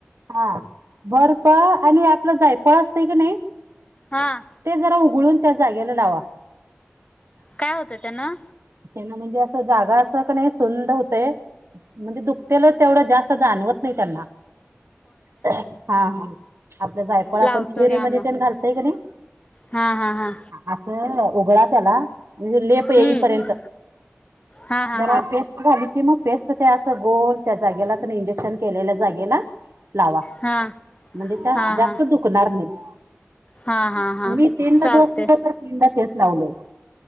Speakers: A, on the right; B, on the left.
A: हा, बरप आणि आपलं जाय पळ असतय का नाहीऽ.
B: हां.
A: ते जरा उघळून त्या जागेला लावा.
B: काय होतं त्यांना?
A: त्यांना म्हणजे असं जागा असं क नाही सुंद होतय. म्हणजे दुखतेलं तेवढं जास्त जाणवत नाही त्यांना. हा हा आपलं जायफळ आपण
B: लावतो
A: खिरीमध्ये
B: घ्या मग
A: पण घालतय का नाही.
B: हा हा हा.
A: असं उघड त्याला म्हणजे लेप येईपर्यंत.
B: हम्म हा हा
A: जरा
B: हा
A: पे. ली की मग पेस्ट ते असं गोल त्या जागेला प इंजेक्शन केलेल्या जागेला लावा.
B: हा
A: म्हणजे त्या
B: हा
A: जास्त
B: हा
A: दुखणार नाहीत.
B: हा हा हा
A: मी तीनदा
B: चालते
A: डोस दिलो तर, तीनदा तेच लावलो.